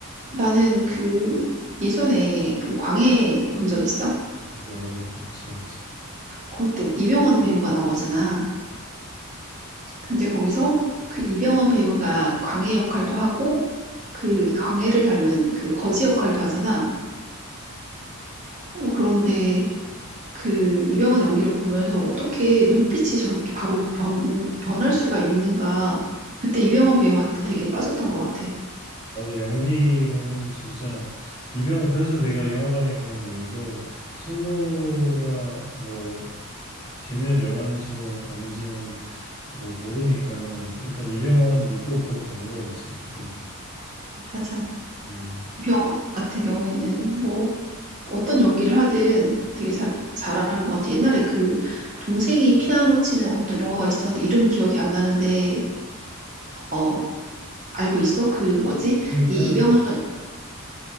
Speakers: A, on the right (about 35°); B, on the left (about 20°).
A: 나는 그 예전에 그 광해 본 적 있어?
B: 맞아, 맞아. 봤지, 봤지.
A: 그때 이병헌 배우가 나오잖아. 근데 거기서 그 이병헌 배우가 광해 역할도 하고 그 광해를 닮은 그 거지 역할도 하잖아. 어, 그런데 그 이병헌 연기를 보면서 어떻게 눈빛이 저렇게 바로 변, 변할 수가 있는가. 그때 이병헌 배우한테 되게 빠졌던 것 같아.
B: 맞아, 연기로는 진짜 이병, 그래서 내가 영화관에 간 이유도 승부가 뭐, 재미난 영화인지는 아닌지는 뭐 모르니까는 일단 이병헌 믿고 보러 간 거였지 그때도.
A: 맞아.
B: 음.
A: 이병헌 같은 경우에는 뭐 어떤 연기를 하든 되게 잘, 잘하는 것 같아. 옛날에 그 동생이 피아노 치는 어떤 영화가 있었는데 이름은 기억이 안 나는데 어, 알고 있어? 그 뭐지?
B: 그냥
A: 이 이병헌 선-